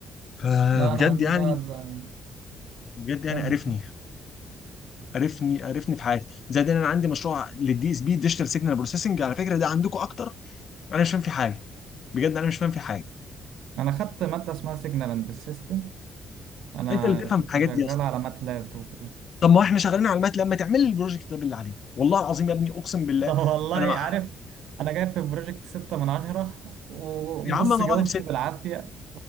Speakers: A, on the left (about 55°); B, on the right (about 80°).
A: فبجد
B: لا انا عندي
A: يعني
B: بقى ال-
A: بجد يعني
B: كمل
A: قرفني
B: كمل
A: قرفني قرفني في حياتي زائد ان انا عندي مشروع للدي اس بي ديجيتال سيجنال بروسيسنج على فكره ده عندكم اكتر انا مش فاهم في حاجه بجد انا مش فاهم في حاجه
B: انا خدت مادة اسمها سيجنال اند سيستم انا
A: انت اللي تفهم
B: كنت
A: في الحاجات
B: شغال
A: دي اصلا
B: على ماتلاب
A: طب ما احنا شغالين على المات لما تعمل لي البروجكت ده باللي عليه والله العظيم يا ابني اقسم بالله
B: طب والله
A: انا مع...
B: عارف انا جاي في بروجكت ستة من عشرة وبص
A: يا عم انا
B: جاوبت
A: راضي بسته
B: بالعافية